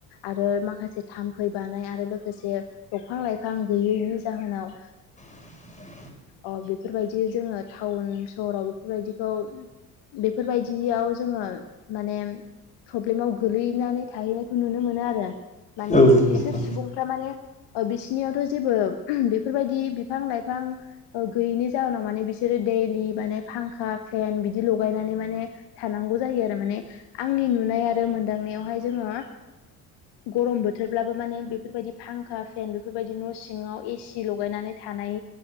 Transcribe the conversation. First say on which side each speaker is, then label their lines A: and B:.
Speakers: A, on the left; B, on the left.
A: आरो माखासे थाम्फै बानाय आरो लोगोसे दंफां लाइफां गैयैनि ज मोनाव
B: <inaudible>
A: अ बेफोरबायदि जोङो टाउन सहराव बेफोरबायदि खौ बेफोरबायदियाव जोङो माने प्रब्लेमाव गोलैनानै थाहैनायखौ नुनो मोनो आरो माने
B: औ नंगौ
A: बिसोर सुबुंफ्रा माने बिसोरनियावथ' जेबो बेफोरबायदि बिफां-लाइफां गैयैनि जाहोनाव माने बिसोरो दैेलि माने फांखा फेन बिदि लगायनानै माने थानांगौ जायो आरो माने आंनि नुनाय आरो मोनदांनायावहाय जोङो। हा गरम बोथोरब्लाबो माने बेफोरबायदि फांखा फेन बेफोरबायदि न' सिङाव एसि लगायनानै थानाय